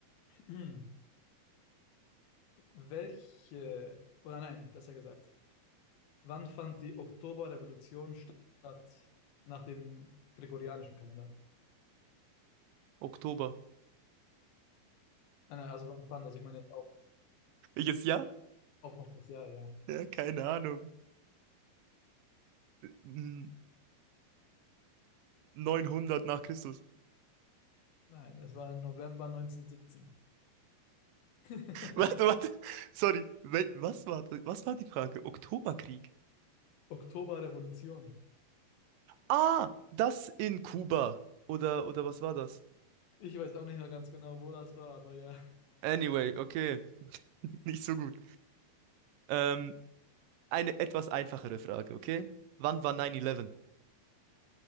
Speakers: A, on the left (about 75°); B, on the right (about 75°).
A: <clears throat> Welche, oder nein, besser gesagt, wann fand die Oktoberrevolution statt? Nach dem gregorianischen Kalender.
B: Oktober.
A: Nein, nein, also wann fand, also ich meine jetzt auch,
B: Welches Jahr?
A: auch noch das Jahr, ja.
B: Ja, keine Ahnung. N- 900 nach Christus.
A: Nein, es war im November 1917. <laughs>
B: <laughs> Warte, warte. Sorry. Wel was war, was war die Frage? Oktoberkrieg.
A: Oktoberrevolution.
B: Ah, das in Kuba. Oder, oder was war das?
A: Ich weiß auch nicht mehr ganz genau, wo das war, aber ja,
B: Anyway, okay. <laughs> Nicht so gut. Ähm, eine etwas einfachere Frage, okay? Wann war 9-11?